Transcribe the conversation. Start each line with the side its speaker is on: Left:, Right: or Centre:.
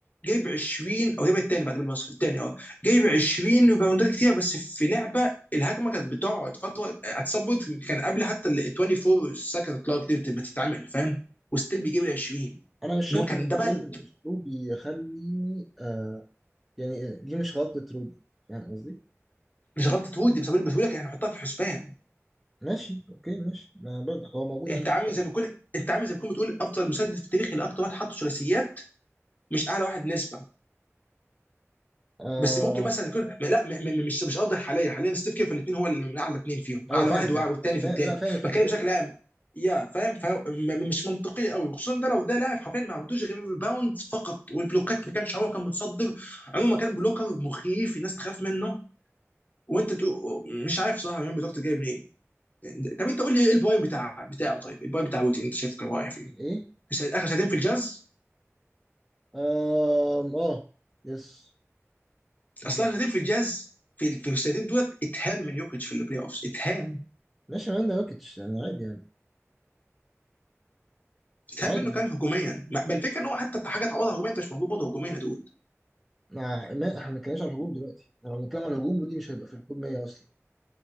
Left: جايب 20 او جايب الثاني بعد بالمصري الثاني اه جايب 20 ريباوندات كتير بس في لعبه الهجمه كانت بتقعد فتره اتسبوت كان قبل حتى ال 24 سكند كلوك دي ما تتعمل فاهم وستيل بيجيب ال 20
Centre: انا مش شايف
Left: ان هو كان
Centre: ان
Left: ده
Centre: تغيير
Left: بقى
Centre: الاسلوب يخليني آه يعني دي مش غلطة رودي فاهم قصدي
Left: مش غلطه وودي بس بقول بس بقول لك احنا نحطها في الحسبان
Centre: ماشي اوكي ماشي ما برضه هو موجود
Left: انت
Centre: عندي
Left: عامل
Centre: في القائمة
Left: زي ما يكون انت عامل زي ما يكون بتقول افضل مسدد في التاريخ اللي اكتر واحد حط ثلاثيات مش اعلى واحد نسبه
Centre: آه
Left: بس ممكن مثلا يكون لا م- م- مش مش افضل حاليا حاليا ستيف كير في الاثنين هو اللي من اعلى اثنين فيهم
Centre: ايوه
Left: اعلى
Centre: فاهم
Left: واحد
Centre: فاهم
Left: وأع- والثاني في
Centre: فاهم
Left: الثاني
Centre: لا فاهم الفكرة
Left: بتكلم
Centre: فاهم
Left: بشكل
Centre: قصدي
Left: عام يا فاهم ف- م- مش منطقي قوي خصوصا ده لو ده لاعب حرفيا ما عندوش غير الباوند فقط والبلوكات ما كانش هو كان متصدر عموما كان بلوكر مخيف الناس تخاف منه وانت بتقول مش عارف صح مين بلوكات جاي منين طب انت قول لي ايه الباي بتاع بتاعه طيب الباي بتاع ويتي انت شايف كان واقع فيه
Centre: الايه
Left: بس اخر سنتين في الجاز
Centre: آه اه يس بالظبط
Left: اصل اخر سنتين في الجاز في ال- في السنتين دولت اتهان من يوكيتش في البلاي اوفس اتهان
Centre: ماشي مان ده يوكيتش يعني عادي يعني
Left: اتهان
Centre: عادي
Left: منه
Centre: يعني
Left: كان هجوميا ما- بل الفكره ان هو حتى حاجه تعوضها هجوميا انت مش موجود برضه هجوميا يا دود
Centre: مع ما احنا ما بنتكلمش على الهجوم دلوقتي احنا لو بنتكلم على الهجوم رودي مش هيبقى في التوب 100 اصلا